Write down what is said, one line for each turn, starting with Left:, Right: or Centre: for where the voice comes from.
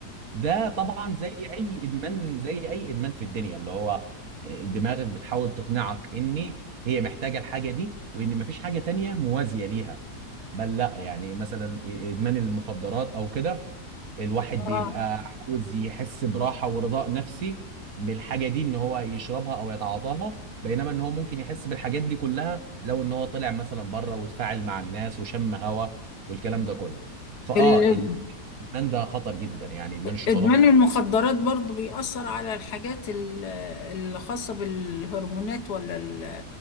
Right: ده طبعا زي اي ادمان زي اي ادمان في الدنيا اللي هو آه، دماغك بتحاول تقنعك ان هي محتاجه الحاجه دي وان مفيش حاجه تانية موازيه ليها بل لا يعني مثلا ادمان المخدرات او كده الواحد بيبقى
Left: آه.
Right: عاوز يحس براحه ورضاء نفسي بالحاجه دي ان هو يشربها او يتعاطاها بينما ان هو ممكن يحس بالحاجات دي كلها لو ان هو طلع مثلا بره وتفاعل مع الناس وشم هوا والكلام ده كله فاه
Left: ال-
Right: الادمان ده خطر جدا يعني ادمان
Left: إدمان
Right: الشوكولاته بالذات.
Left: المخدرات برضو بيأثر على الحاجات ال- اللي خاصة بالهرمونات ولا ال-